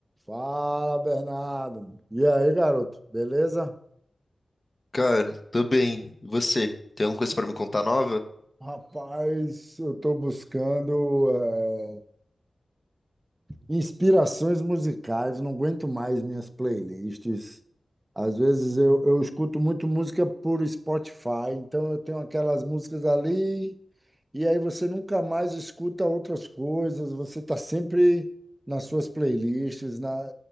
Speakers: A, on the right; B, on the left.
A: Fala, Bernardo. E aí, garoto, beleza?
B: Cara, tô bem. E você? Tem alguma coisa pra me contar nova?
A: Rapaz, eu tô buscando eh, inspirações musicais, não aguento mais minhas playlists. Às vezes eu, eu escuto muito música por Spotify, então eu tenho aquelas músicas ali E aí você nunca mais escuta outras coisas, você está sempre nas suas playlists, na...